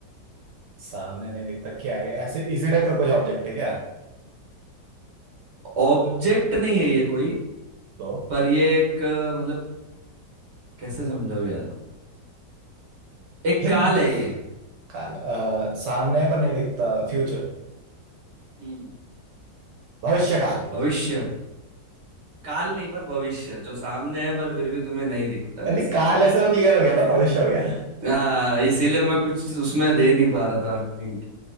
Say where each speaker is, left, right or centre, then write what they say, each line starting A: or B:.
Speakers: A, on the right; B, on the right.
A: सामने नहीं दिखता क्या है ऐसे इसी टाइप का कुछ ऑब्जेक्ट है क्या
B: ऑब्जेक्ट नहीं है ये कोई
A: तो
B: पर ये एक अ, मतलब कैसे समझाऊं यार एक
A: हिंद
B: काल है ये
A: काल आ, सामने पर नहीं दिखता फ्यूचर
B: हम्म
A: भविष्य काल
B: भविष्य काल नहीं पर भविष्य जो सामने है पर फिर भी तुम्हें नहीं दिखता
A: नहीं
B: ऐसा
A: काल ऐसे वो क्लियर हो गया था भविष्य हो गया
B: हाँ इसीलिए मैं कुछ उसमें दे नहीं पा रहा था हिंट